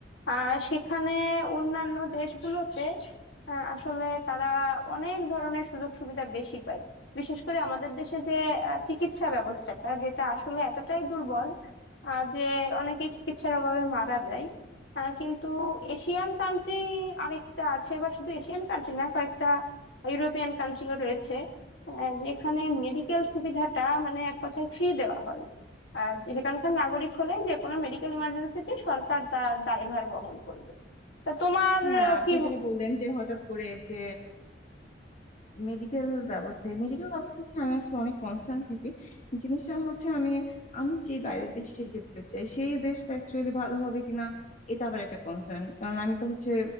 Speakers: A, on the left; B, on the left.
A: আহ সেখানে অন্যান্য দেশগুলোতে আহ, আসলে তারা অনেক ধরনের সুযোগ সুবিধা বেশি পায় বিশেষ করে আমাদের দেশে যে আহ, চিকিৎসা ব্যবস্থাটা যেটা আসলে এতটাই দুর্বল আহ যে অনেকেই চিকিৎসার অভাবে মারা যায় আহ কিন্তু এশিয়ান কান্ট্রি আরেকটা আছে বা শুধু এশিয়ান কান্ট্রি না কয়েকটা ইউরোপিয়ান কান্ট্রিও রয়েছে আহ যেখানে মেডিকেল সুবিধাটা মানে এক কথায় ফ্রি দেওয়া হয় আর সেখানকার নাগরিক হলে যে কোনো মেডিকেল ইমার্জেন্সিতে সরকার তার দায়ভার বহন করবে তা তোমার
B: হ্যাঁ
A: আহ,
B: আপনি
A: কি
B: যেটা বললেন যে হঠাৎ করে যে মেডিকেল ব্যবস্থায় মেডিকেল ব্যবস্থা নিয়ে আমি আসলে অনেক কনসার্ন থাকি জিনিসটা হচ্ছে আমি আমি যে বাইরের দেশে যেতে চাই সেই দেশটা অ্যাকচুয়ালি ভালো হবে কিনা এটা আবার একটা কনসার্ন কারণ আমি তো হচ্ছে